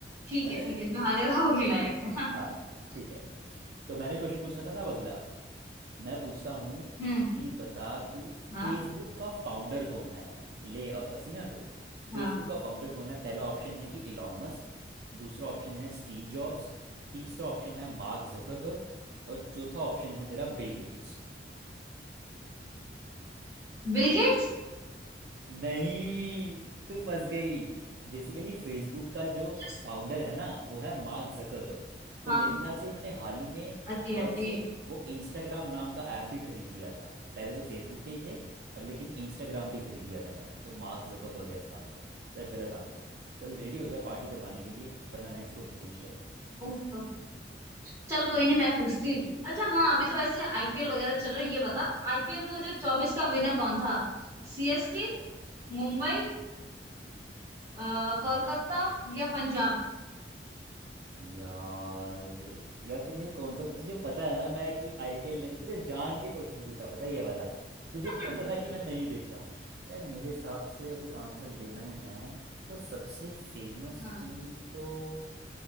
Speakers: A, on the right (about 15°); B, on the right (about 60°).
A: ठीक
B: <laughs>
A: है ठीक है जो हारेगा वो खिलाएगा
B: हाँ ठीक है तो मैंने क्वेश्चन पूछना था ना अब अगला मैं पूछता हूँ
A: <laughs> हम्म
B: कि बता तू
A: हाँ
B: फेसबुक का फाउंडर कौन है ले अब फंसी ना तू फेसबुक
A: हाँ
B: का फाउंडर कौन है पहला ऑप्शन है कि इलॉन मस्क दूसरा ऑप्शन है स्टीव जॉब्स तीसरा ऑप्शन है मार्क जकरबर्ग और चौथा ऑप्शन है तेरा बिल गेट्स
A: Bill Gates
B: नहीं तू फंस गई बेसिकली फेसबुक का जो
A: यस
B: फाउंडर है ना वो है मार्क जकरबर्ग तो
A: हाँ
B: मेरे ख्याल से इन्होंने हाल ही में
A: अरे
B: शायद
A: अरे
B: से वो इंस्टाग्राम नाम का ऐप भी खरीद लिया था पहले तो फेसबुक के ही थे अब लेकिन इंस्टाग्राम भी खरीद लिया था इन्होंने तो मार्क जकरबर्ग है इसका आंसर तेरा गलत आंसर है चल रेडी हो जा पार्टी करवाने के लिए वरना नेक्स्ट क्वेश्चन पूछ ले
A: ओहो। चल कोई नहीं मैं पूछती हूँ अच्छा हाँ अभी तो वैसे आईपीएल वगैरह चल रहा है ये बता आईपीएल 2024 का विनर कौन था सीएसके मुंबई अ,
B: हाँ
A: कोलकाता
B: हाँ
A: या पंजाब
B: यार यार तूने कौन सा तुझे पता है ना मैं कि आईपीएल नहीं तूने जान के क्वेश्चन पूछा पता है ये वाला तुझे
A: <laughs>
B: पता था कि मैं नहीं देखता हूँ यार मेरे हिसाब से अगर आंसर देना ही है तो सबसे फेमस
A: हाँ
B: टीम तो